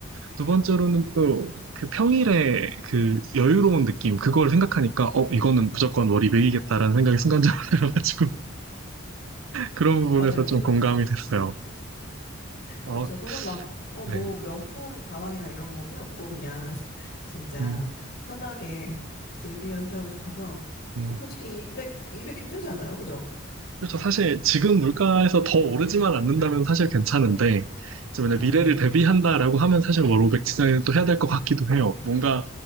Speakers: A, on the right; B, on the left.
A: 두 번째로는
B: 맞아요.
A: 또 그 평일에 그 여유로운 느낌 그걸 생각하니까 어 이거는 무조건 월 200이겠다라는 생각이 순간적으로 <laughs> 들어가지고 그런 부분에서
B: 맞아요, 저도.
A: 좀 공감이 됐어요. 어,
B: 그쵸. 저는 막, 어, 뭐,
A: 네.
B: 명품 가방이나 이런 거 필요 없고, 그냥, <laughs> 진짜,
A: 음,
B: 편하게 <laughs> 즐기면서 살고 싶어서.
A: 음.
B: 솔직히 200, 200 괜찮지 않아요? 그죠?
A: 그렇죠. 사실 지금 물가에서 더 오르지만 않는다면 사실 괜찮은데, 이제 만약
B: 맞아요.
A: 미래를 대비한다라고 하면 사실 월0백 지정을 또 해야 될 것 같기도 해요. 뭔가